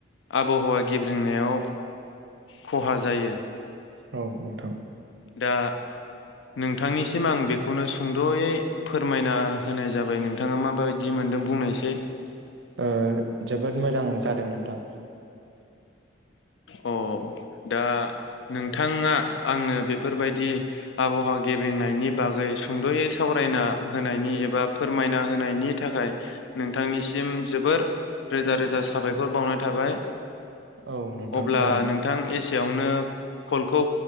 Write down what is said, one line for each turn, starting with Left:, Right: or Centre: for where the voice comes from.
Left: आबहावा गेब्रेंनायाव खहा जायो
Right: औ नोंथां
Left: दा नोंथांनिसिम आं बेखौनो सुंद'यै फोरमायना होनाय जाबाय नोंथाङा माबायदि मोनदों बुंनायसै
Right: ओ जोबोद मोजां जादों नोंथां
Left: अ दा नोंथाङा आंनो बेफोरबायदि आबहावा गेब्रेंनायनि बागै सुंद'यै सावरायना होनायनि एबा फोरमायना होनायनि थाखाय नोंथांनिसिम जोबोर रोजा रोजा साबायखर बावनाय थाबाय
Right: औ नोंथां
Left: अब्ला
Right: जागोन
Left: नोंथां एसेयावनो कलखौ